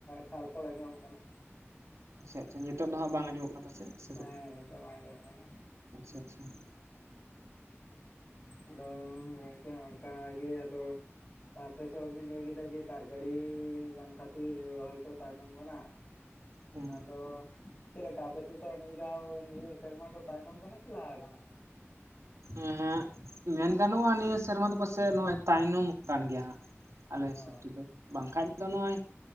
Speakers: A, on the left (about 40°); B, on the right (about 80°).
A: ᱠᱷᱟᱲ ᱠᱷᱚᱲ ᱟᱸᱡᱚᱢᱚᱜ ᱠᱟᱱᱟ ᱾
B: ᱟᱪᱪᱷᱟ ᱟᱪᱪᱷᱟ ᱧᱤᱛᱚᱜ ᱫᱚ ᱦᱟᱸᱜ ᱵᱟᱝ ᱟᱸᱡᱚᱢᱚᱜ ᱠᱟᱱᱟ ᱯᱟᱥᱮᱡ ᱥᱮ
A: ᱦᱮᱸ
B: ᱪᱮᱫ
A: ᱜᱚᱝᱠᱮ ᱵᱟᱝ ᱟᱸᱡᱚᱢᱚᱜ ᱠᱟᱱᱟ ᱾
B: ᱟᱪᱪᱷᱟ ᱟᱪᱪᱷᱟ ᱾
A: ᱟᱫᱚ ᱜᱚᱝᱠᱮ ᱚᱱᱠᱟ ᱜᱮ ᱟᱫᱚ ᱟᱯᱮ ᱥᱮᱜ ᱦᱚᱸ ᱵᱤᱱ ᱞᱟᱹᱭ ᱠᱮᱫᱟ ᱡᱮ ᱫᱟᱜ ᱡᱟᱹᱲᱤ ᱵᱟᱝ ᱠᱷᱟᱹᱛᱤᱨ ᱨᱚᱦᱚᱭ ᱠᱚ ᱛᱟᱭᱱᱚᱢ ᱠᱟᱱᱟ᱾
B: ᱦᱩᱸ
A: ᱟᱫᱚ ᱪᱮᱞᱠᱟ ᱟᱯᱮ ᱥᱮᱫ ᱫᱚ ᱱᱤᱭᱟᱹ ᱫᱷᱟᱣ ᱱᱤᱭᱟᱹ ᱥᱮᱨᱢᱟ ᱫᱚ ᱛᱟᱭᱱᱚᱢ ᱠᱟᱱᱟ ᱥᱮ ᱞᱟᱦᱟ ᱟᱠᱟᱱᱟ?
B: ᱮᱸᱜ ᱢᱮᱱ ᱜᱟᱱᱚᱜᱼᱟ ᱱᱤᱭᱟᱹ ᱥᱮᱨᱢᱟ ᱫᱚ ᱯᱟᱥᱮᱡ ᱱᱚᱜᱼᱚᱭ ᱛᱟᱭᱱᱚᱢ ᱠᱟᱱ ᱜᱮᱭᱟ ᱦᱟᱸᱜ ᱾ ᱟᱞᱮ ᱦᱤᱥᱟᱹᱵ
A: ᱚ
B: ᱛᱮᱫᱚ ᱵᱟᱝᱠᱷᱟᱡ ᱫᱚ ᱱᱚᱜᱼᱚᱭ